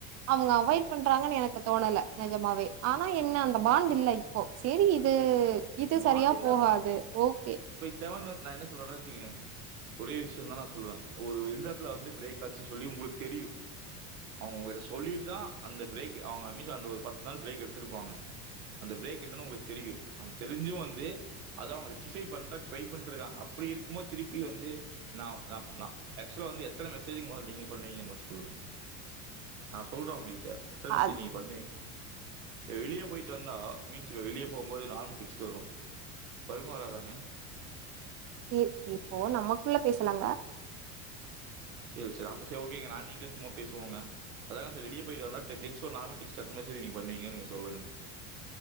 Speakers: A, on the right (about 40°); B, on the right (about 85°).
A: அவங்க அவாய்ட் பண்றாங்கன்னு எனக்கு தோணல நிஜமாவே ஆனா என்ன பாண்டு இல்ல இப்போ செரி இது இது
B: பாண்டு
A: சரியா
B: இல்ல
A: போகாது
B: பாண்டு
A: ஓகே
B: செவ நான் என்ன சொல்லவறேன் வச்சகங்க ஒரே விஷயம் தான் சொல்லுவேன் ஒரு எந்த இடத்துல பிரேக் ஆச்சுனு சொல்லி உங்களுக்கு தெரியும் அவுங்க உங்ககிட்ட சொல்லிட்டு தா அந்த பிரேக் ஒரு பத்து நாள் பிரேக் எடுத்து இருப்பாங்க அந்த பிரேக் என்னான்னு உங்களுக்கு தெரியும் தெரிஞ்சும் வந்து அதாம் அவங்க ரெட்டிபை பண்ண ட்ரை பண்ணிட்டு இருக்காங்க அப்டி இருக்கும் போது திருப்பி வந்து நான் நான் நான் அக்சுவலா வந்து எத்தன மெசேஜ்யு மொத நீங்க பண்ணுவீங்கன்னு மட்டும் சொல்லுங்க நான் சொல்றேன் அவங்ககிட்ட எத்தன மெசேஜ்
A: அது
B: நீங்க பண்ணுவீங்க வெளியே போயிட்டு வந்தா மீன்ஸ் இப்ப வெளியே போகும்போது நார்மல் டிக் வரும் வருமா வராதாங்க
A: இ இப்போ நம்மக்குள்ள பேசலாங்க
B: ரி சரி ஓகே ந நீங்கள சும்மா பேசுவோங்க அதாங்க வெளிய போயிட்டு வந்தா டெக்ஸ்டோ இல்ல நார்மல் டெக்ஸ்டோ பண்ணுவீங்கன்னு நீங்க சொல்லுங்க